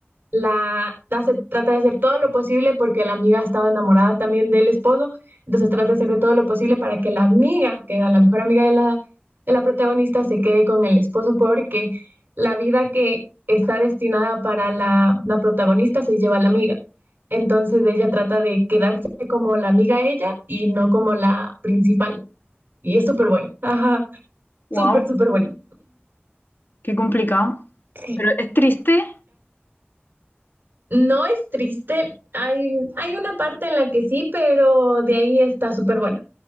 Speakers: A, on the right; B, on the left.
A: la, la se trata de hacer todo lo posible porque la amiga estaba enamorada también del esposo, entonces trata de hacer de todo lo posible para que la amiga, que era la mejor amiga de la, de la protagonista, se quede con el esposo porque la vida que está destinada para la, la protagonista se lleva a la amiga. Entonces ella trata de quedarse como la amiga ella y no como la principal. Y es súper bueno. Ajá,
B: Wow,
A: súper, súper bueno.
B: qué complicado.
A: Sí.
B: Pero es triste.
A: No es triste. Hay, hay una parte en la que sí, pero de ahí está súper bueno.